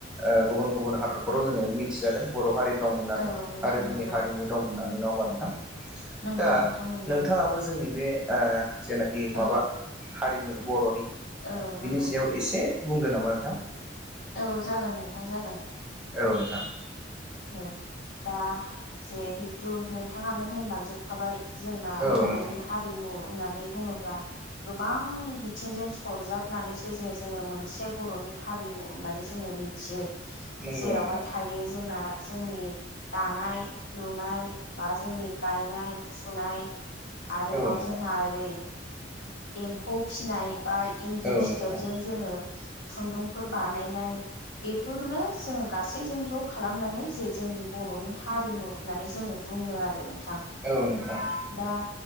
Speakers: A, in the centre; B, on the left.
A: ओ गुबुन गुबुन हादरफोराव जोंङो मिथिजादों बर' हारि दं होननानै।
B: औ नोंथां
A: आरो जोंनि
B: नंगौ
A: हारिमु दं होननानै नङा होमबा नोंथां।
B: नंगौ
A: दा
B: नोंथां नंगौ
A: नोंथाङाबो जोंनि बे ओ जेनाखि
B: औ
A: माबा हारिमु बर'नि
B: औ नंगौ
A: बिनि सायाव एसे बुंदों नामा नोंथां?
B: औ जागोन नोंथां जागोन।
A: औ नोथां।
B: ओ दा जेहेतु नोंथाङानो होनलांजोबखाबाय। जोंना
A: औ
B: बर'नि
A: नोंथां
B: हारिमु होननानै बुङोब्ला गोबां बिथिंजों सरजाबनानैसो जे जोंङो मोनसे बर'नि हारिमु होननानै जों जोंङो मिथियो
A: नंगौ
B: जेरावहाय
A: नोंथां
B: थायो जोंना जोंनि दानाय लुनाय बा जोंनि गायनाय फुनाय आरोबाव
A: औ नोंथां
B: जोंहा ओरै एम्फौ फिसिनाय बा इन्दि
A: औ
B: फिथोबजों
A: नोंथां
B: जोंङो खुन्दुंफोर बानायनाय बेफोरनो जोंङो गासैबो जों ज खालामनानै जे जोंनि बर'नि हारिमु होननानै जोंङो बुङो आरो थां
A: औ नोंथां
B: दा